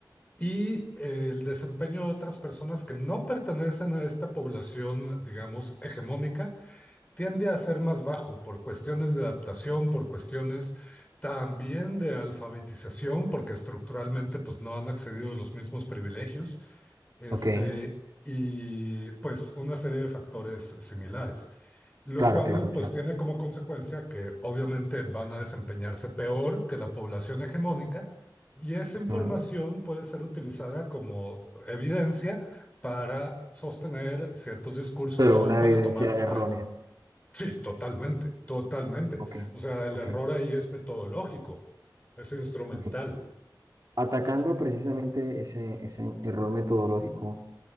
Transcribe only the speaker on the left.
y eh, el desempeño de otras personas que no pertenecen a esta población, digamos, hegemónica, tiende a ser más bajo por cuestiones de adaptación, por cuestiones también de alfabetización, porque estructuralmente pues no han accedido a los mismos privilegios. Este,
y pues una serie de factores similares, lo
cual
pues tiene como consecuencia que obviamente van a desempeñarse peor que la población hegemónica y esa información
puede ser utilizada como evidencia para sostener ciertos discursos
o
para
tomar...
Ajá, sí, totalmente, totalmente.
O sea, el
error ahí es metodológico, es instrumental.